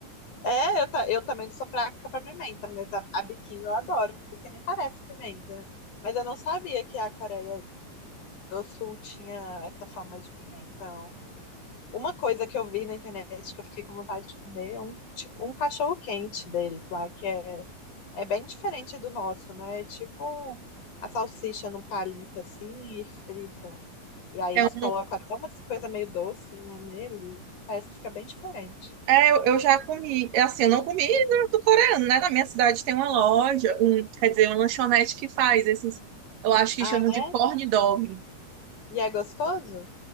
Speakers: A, on the left; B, on the right.
A: É, eu, ta- eu também não sou fraca pra pimenta, mas a, a biquinho eu adoro, porque nem parece pimenta. né? Mas eu não sabia que a Coreia do Sul tinha essa fama de pimentão. Uma coisa que eu vi na internet que eu fiquei com vontade de comer é um, tipo, um cachorro-quente deles lá, que é, é bem diferente do nosso, né? É tipo a salsicha num palito assim e frita. E aí
B: É
A: eles
B: um,
A: colocam até umas coisas meio doce, né, nele. Parece que fica bem diferente.
B: É, eu, eu já comi. É assim, eu não comi do, do coreano, né? Na minha cidade tem uma loja, um, quer dizer, uma lanchonete que faz esses, eu acho que
A: Ah,
B: chamam de
A: é?
B: corn dog.
A: E é gostoso?